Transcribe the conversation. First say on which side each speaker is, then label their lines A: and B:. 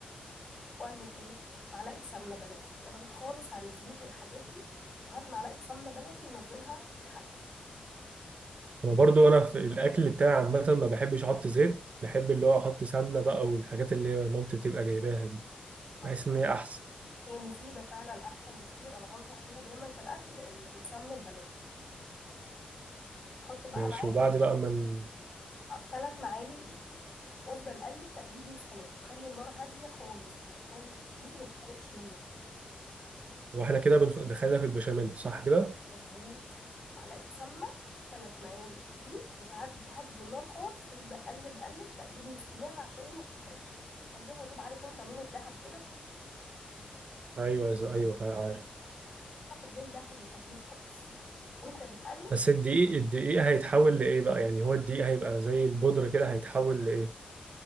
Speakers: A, on the left; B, on the right.
A: واعمل ايه معلقه سمنه بلدي ابعد خالص عن الزيوت والحاجات دي وهات معلقه سمنه بلدي ونزلها في الحل
B: انا برضو انا في الاكل بتاعي عامه ما بحبش احط زيت بحب اللي هو احط سمنه بقى والحاجات اللي مامتي بتبقى جايباها دي
A: طيب
B: بحس ان
A: حلو
B: هي احسن
A: هي مفيده فعلا احسن بكتير انا بنصح بيها دايما في الاكل ال- السمن البلدي حط بقى
B: ماشي
A: معاها
B: وبعد بقى ما ن-
A: ثلاث معالق دقيق وافضل قلب تقليب مستمر وخلي النار هاديه خالص علشان الدقيق ما يتحرقش منك
B: واحنا كده بنخ- دخلنا في البشاميل صح كده
A: مظبوث معلقه سمنه ثلاث معالق دقيق وهدي هدي النار خالص وابدا قلب قلب تقليب مستمر عشان ما تتحرقش خليها يا دوب عارف انت لون الذهب كده
B: ايوه ز- ايوه فا- عارف
A: تاخد لون ذهبي خفيف خالص وانت بتقلب
B: بس الدقيق الدقيق هيتحول لايه بقى يعني هو الدقيق هيبقى زي البودره كده هيتحول لايه